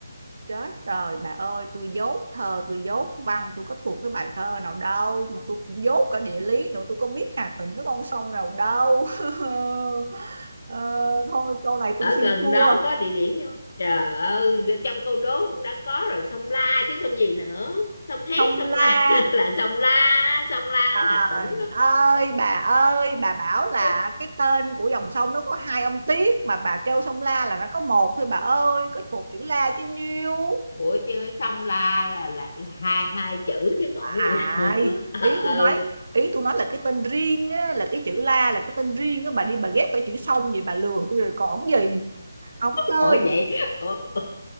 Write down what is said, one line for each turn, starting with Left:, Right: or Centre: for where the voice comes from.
Right: Chết rồi bà ơi, tôi dốt thơ, tôi dốt văn, tôi có thuộc cái bài thơ nào đâu mà tôi cũng dốt cả địa lý nữa, tôi có biết Hà Tĩnh nó con sông nào đâu. <laughs> Ờ, thôi câu này tôi
Left: ở
Right: xin
Left: gần
Right: thua.
Left: đó có địa điểm không trời ơi trong câu đố cũng đã có rồi sông La chứ sông gì nữa sông Hét
Right: Sông
Left: sông
Right: La
Left: La <laughs> là sông La sông La
Right: Trời
Left: ở Hà Tĩnh
Right: ơi bà ơi bà bảo là
Left: đó
Right: cái tên của dòng sông nó có hai ông Tiết mà bà kêu sông La là nó có một thôi bà ơi có một chữ La chứ nhiêu
Left: ủa chứ xong la là là, là hai hai chữ chứ còn
Right: à
Left: gì nữa <laughs> ờ
Right: ý tôi nói ý tôi nói là cái tên riêng á, là cái chữ La là cái tên riêng á bà đi bà ghép cái chữ sông vậy bà lừa tôi rồi còn gì không chơi
Left: ủa vậy ủa, ủa